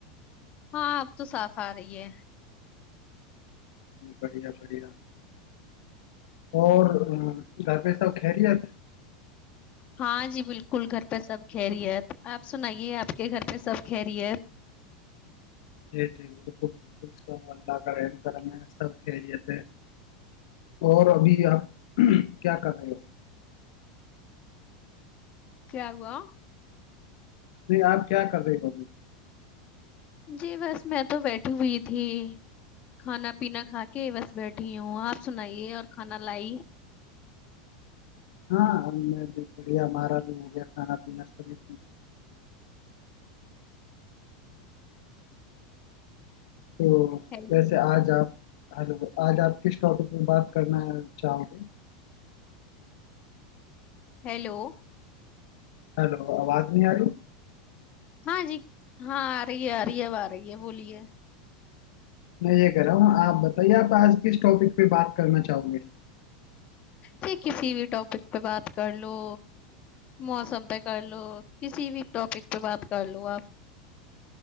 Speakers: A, on the left; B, on the left.
A: ہاں اب تو صاف رہی ہے
B: جی بڑھیا بڑھیا اور گھر پہ سب خیریت
A: ہاں جی بالکل گھر پہ سب کہریی ہےت آپ سنائیے آپ کے گھر پہ سب کہ رہیت
B: جی جی بالکل بالکل اسلام اللہ کا رحم کرم ہے سب خیریت ہے اور ابھی آپ کیا کر رہے ہو
A: کیا ہووا
B: نہیں آپ کیا کر رہے تبھی
A: جی بس میں تو بیٹھی ہوئی تھی کھانا پینا کھا کے بس بیٹھی ہوں آپ سنائیے اور کھانا لائی
B: ہاں ہم بھی بھیا ہمارا بھی ہو گیا کھانا پینا سبھی تو
A: ہیلو
B: ویسے آج آپ ہلو آج آپ کس ٹاپک میں بات کرنا ہے چاہ گے
A: ہیلو
B: ہیلو آواز نہیں آو
A: ہاں جی ہاں آرہی ہے آ رہی ہے اب آ رہی ہے بولیے
B: میں یہ کر رہا ہوں آپ بتائیے آپ آج کس ٹاپک پہ بات کرنا چاہو گی
A: جھ کسی بھی ٹاپک پہ بات کر لو موسم پہ کر لو کسی بھی ٹاپک پہ بات کر لو آپ